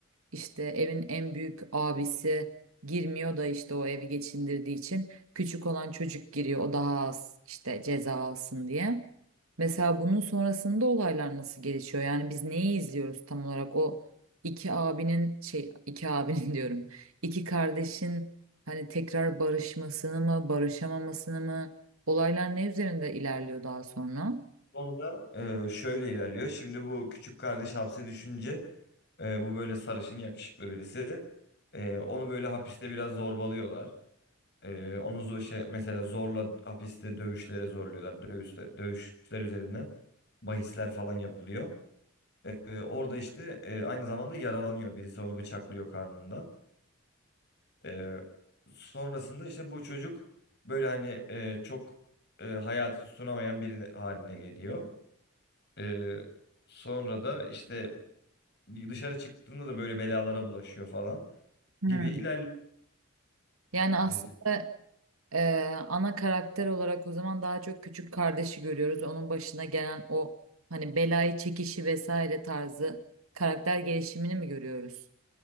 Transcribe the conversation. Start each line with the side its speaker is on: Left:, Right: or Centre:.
Right: işte evin en büyük abisi girmiyor da işte o evi geçindirdiği için küçük olan çocuk giriyor. O daha az işte ceza alsın diye. Mesela bunun sonrasında olaylar nasıl gelişiyor? Yani biz neyi izliyoruz tam olarak? O iki abinin şey iki abinin <laughs> diyorum. İki kardeşin hani tekrar barışmasını mı, barışamamasını mı? Olaylar ne üzerinde ilerliyor daha sonra?
Left: Konu da e, şöyle ilerliyor. Şimdi bu küçük kardeş hapse düşünce e, bu böyle sarışın yakışıklı birisi. E, onu böyle hapiste biraz zorbalıyorlar. E, onu zo- şey, mesela zorla hapiste dövüşlere zorluyorlar. Dövüşte, dövüşler üzerinden bahisler falan yapılıyor. E, orada işte e, aynı zamanda yaralanıyor. Birisi onu bıçaklıyor karnından. Ee, sonrasında işte bu çocuk böyle hani e, çok e, hayatı tutunamayan biri haline geliyor. Ee, sonra da işte dışarı çıktığında da böyle belalara bulaşıyor falan
Right: Hmm.
Left: gibi ilerliyor
Right: Yani aslında
Left: biz.
Right: e, ana karakter olarak o zaman daha çok küçük kardeşi görüyoruz. Onun başına gelen o hani belayı çekişi vesaire tarzı karakter gelişimini mi görüyoruz?